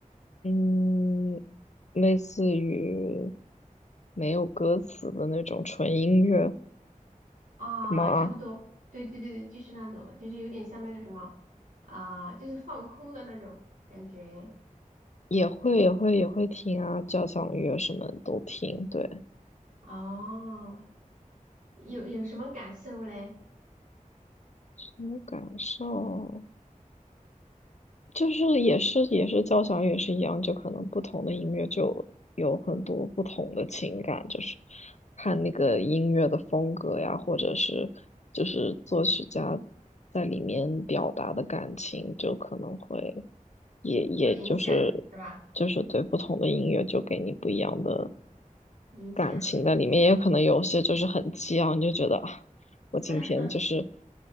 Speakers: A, on the left; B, on the right.
A: 嗯，类似于没有歌词的那种纯音乐
B: 啊，
A: 吗？
B: 差不多，对对对对，就是那种，就是有点像那个什么啊，就是放空的那种感觉。
A: 也会也会也会听啊，交响乐什么都听，对，
B: 哦，有有什么感受嘞？
A: 什么感受？就是也是也是交响乐也是一样，就可能不同的音乐就有很多不同的情感，就是看那个音乐的风格呀，或者是就是作曲家在里面表达的感情，就可能会。也也就是就是对不同的音乐就给你不一样的
B: 会影响是吧？影响。
A: 感情在里面，也可能有些就是很激昂，你就觉得啊，我今天就是
B: <laughs>